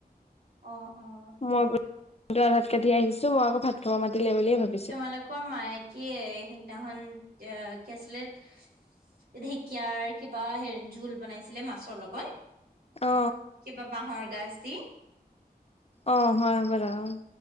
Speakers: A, on the right; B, on the left.
A: অ', অ',
B: মই <unintelligible> আধাত কাটি আহিছোঁ মই আকৌ ভাত খাব মাতিলে বুলিয়ে ভাবো
A: তোমালোকৰ মায়ে কি সেইদিনাখন কেচলেট এ ঢেকীয়াৰ কিবা হে জোল বনাইছিলে মাছৰ লগত
B: অ
A: কিবা বাঁহৰ গাজ দি।
B: অ, হয় হবৰা হয়।